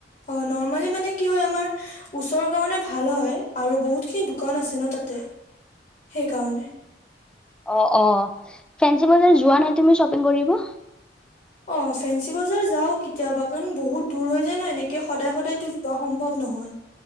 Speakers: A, on the left (about 45°); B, in the centre.
A: অ' নৰ্মেলি মানে কি হয় আমাৰ ওচৰৰ কাৰণে ভাল হয় আৰু বহুতখিনি দোকান আছে ন তাতে সেইকাৰণে
B: অ' অ' ফেঞ্চি বজাৰ যোৱা নাই তুমি শ্বপিং কৰিব।
A: অ' ফেঞ্চি বজাৰ যাও কেতিয়াবা কাৰণ বহুত দূৰ হৈ যায় ন এনেকে সদায় সদায়তো যোৱা সম্ভৱ নহয়